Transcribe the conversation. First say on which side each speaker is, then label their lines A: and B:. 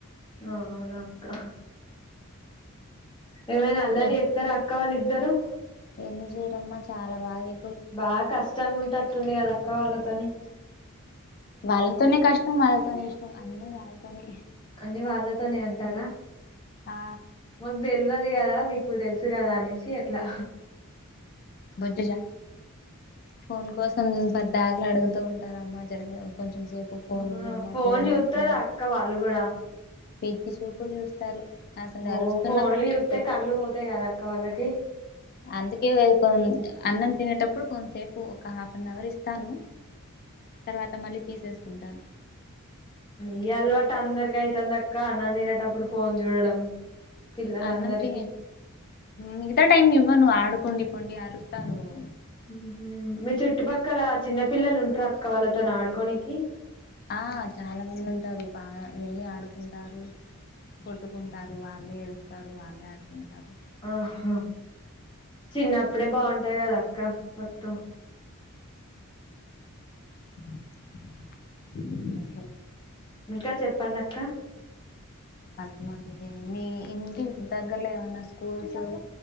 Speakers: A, on the left; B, on the left.
A: ఆ అవునా అక్క ఏమే అల్లరి
B: య
A: ఎత్తర అక్క వాళి ద్దరు
B: ఎందుకు చేయరమ్మా చాలా బాగే
A: బాగా కష్టంగా ఉంటట్టుంది కదాక్క వాళ్ళతోని
B: వాళ్ళతోనే కష్టం వాళ్ళతోనే ఇష్టం అన్నీ వాళ్ళతోనే
A: అన్ని వాళ్ళతోనే అంటారా
B: ఆ
A: మాకు తెలియదు కదా మీకు తెలుసు త్తే కదా అనేసి ఎట్లా
B: బొజ్జుజ ఫోన్ కోసం ప బ్యాగులు అడుగుతూ ఉంటారు అమ్మా జగ కొంచెం కొసేపు ఫోన్
A: ఆ
B: అమ్మ
A: ఫోన్
B: ఫ
A: చూస్తారా
B: ఫోన్
A: అక్క వాళ్ళు కూడా
B: పిచ్చి చూపుడు చూస్తారు. అసలు
A: ఓ
B: అరుస్తున్నా
A: ఫోన్లు
B: పట్టించుకోరు
A: చూత్తే కళ్లు పోతాయి కదా అక్క వాల్ళకి
B: అందుకే వెళ్ళిపోయింది అన్నం తినేటప్పుడు కొంతసేపు ఒక హాఫ్ అన్ అవర్ ఇస్తాను. తర్వాత మళ్ళీ తీసేసుకుంటాను
A: ఈ అలవాటు అందరికి అయితుంది అక్క అన్నం తినేటప్పుడు ఫోన్ చూడడం. పిల్లలందరికి
B: అన్నంతిని మిగతా టైమ్ ఇవ్వను ఆడుకోండి పోండి అరుస్తా నువ్వు
A: మ్ మీ చుట్టుపక్కల చిన్న పిల్లలు ఉంటారు అక్క వాళ్ళతో ఆడుకోనికి
B: ఆ చాలా మంది ఉంటారు బాగా వెళ్ళి ఆడుకుంటారు. కొట్టుకుంటారు వాళ్ళే ఏడుస్తారు వాళ్ళే ఆడుకుంటారు.
A: ఆహా చిన్న అప్పుడే బావుంటాయి కదా అక్క మొత్తం
B: చెప్
A: ఇంకా చెప్పండి అక్క
B: అంతమాటు మీ ఇంటి దగ్గరలో ఏమన్నా స్కూల్స్